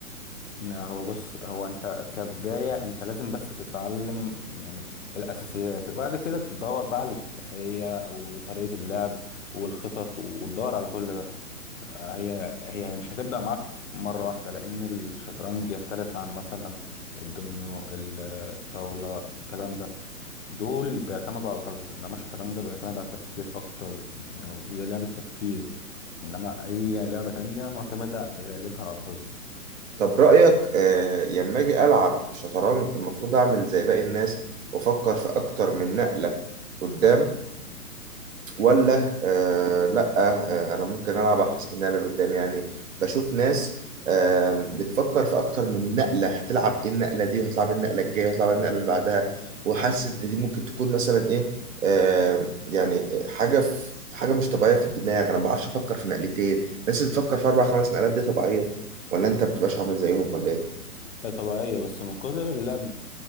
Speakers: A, on the left; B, on the right.
A: آه، هو بص هو انت كبدايه انت لازم بس تتعلم يعني الاساسيات وبعد كده تدور بقى على الافتتاحيه وطريقه اللعب والخطط وتدور على كل ده هي هي مش هتبدأ معاك مرة واحدة لأن الشطرنج يختلف عن مثلا الدومينو ال- الطاولة الكلام ده دول بيعتمدوا على الحظ إنما الشطرنج بيعتمد على التفكير أكتر يعني هو- هي لعبة تفكير إنما أي لعبة تانية معتمدة غالبها على الحظ
B: طب رايك لما اجي العب شطرنج المفروض اعمل زي باقي الناس وافكر في اكتر من نقله قدام ولا آه
A: مم.
B: لا آه انا ممكن العب على حسب النقله اللي قدامي يعني بشوف ناس آه بتفكر في اكتر من نقله هتلعب ايه النقله دي وهتلعب إيه النقله الجايه وهتلعب إيه النقله اللي بعدها وحاسس ان دي ممكن تكون مثلا ايه آه يعني حاجه في حاجه مش طبيعيه في الدماغ انا ما بعرفش افكر في نقلتين الناس اللي بتفكر في اربع خمس نقلات دي طبيعيه ولا انت ما بتبقاش عامل زيهم ولا ايه
A: هي طبيعية بس من كتر اللعب